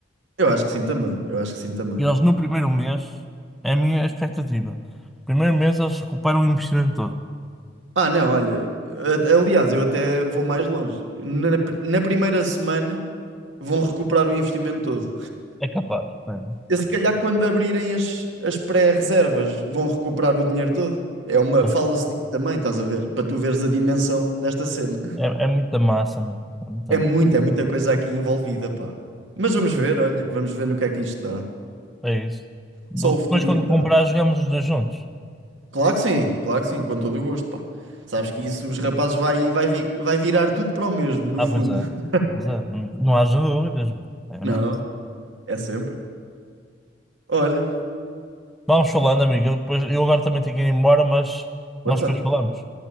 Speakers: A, on the right; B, in the centre.
A: Eu acho que sim também, eu acho que sim também.
B: E eles no primeiro mês, é a minha expectativa. Primeiro mês eles recuperam o investimento todo.
A: Ah, não, olha, a- aliás, eu até vou mais longe. Na, na primeira semana vão recuperar o investimento todo.
B: É capaz, espera.
A: E se calhar quando abrirem as, as pré-reservas vão recuperar o dinheiro todo. É uma,
B: Pois,
A: fala-se disso também, estás a ver? Para tu veres a dimensão desta cena.
B: É, é muita massa, meu. É muita
A: É
B: massa.
A: muita, é muita coisa aqui envolvida, pá. Mas vamos ver, olha, vamos ver no que é que isto dá.
B: É isso. Bo-
A: Só
B: Depois,
A: o futuro
B: quando
A: dirá.
B: comprar, jogamos os dois juntos.
A: Claro que sim, claro que sim, com todo o gosto, pá. Sabes que isso os rapazes vai, vai, vi- vai virar tudo para o mesmo, no
B: Ah,
A: fundo.
B: pois é.
A: <laughs>
B: Pois é. Não não haja dúvidas. meu. É
A: Não,
B: mesmo.
A: é sempre. Olha,
B: Vamos falando, amigo. Eu, depois, eu agora também tenho que ir embora, mas
A: força.
B: nós depois falamos.